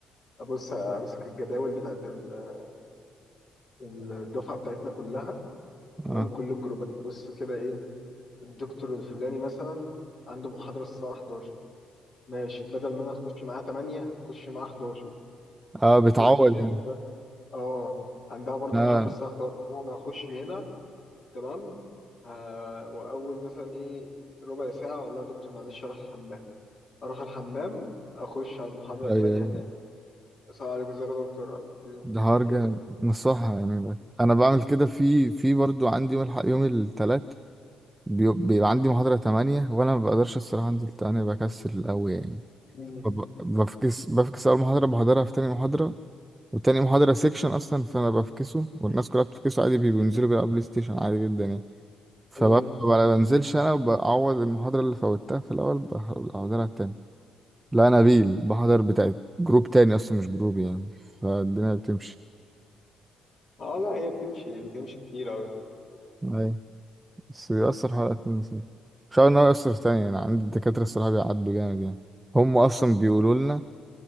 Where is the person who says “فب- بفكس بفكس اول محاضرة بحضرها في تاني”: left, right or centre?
Right